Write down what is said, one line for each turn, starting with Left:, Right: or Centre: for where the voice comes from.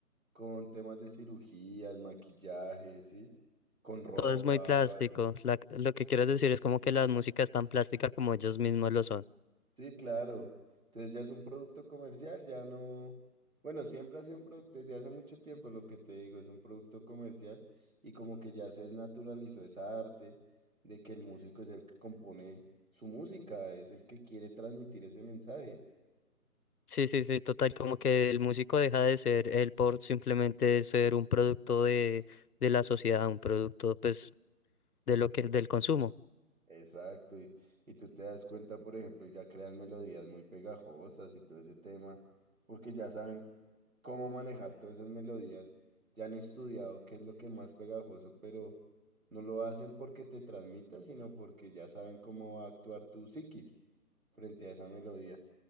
Right: con temas de cirugías, maquillaje, ¿sí? Con ropa,
Left: Todo es muy plástico.
Right: lo hacen.
Left: La- lo que quieres decir es como que la música es tan plástica como ellos mismos lo son.
Right: Sí, claro. Entonces ya es un producto comercial, ya no... Bueno, siempre ha sido un producto, desde hace mucho tiempo lo que te digo, es un producto comercial y como que ya se desnaturalizó esa arte de que el músico es el que compone su música, es el que quiere transmitir ese mensaje.
Left: Sí, sí, sí, total, como que el músico deja de ser él por simplemente ser un producto de, de la sociedad, un producto pues de lo que, del consumo.
Right: Exacto, y, y tú te das cuenta, por ejemplo, y ya crean melodías muy pegajosas y todo ese tema, porque ya saben cómo manejar todas esas melodías, ya han estudiado qué es lo que más pegajoso, pero no lo hacen porque te transmita, sino porque ya saben cómo va a actuar tu psiquis frente a esa melodía.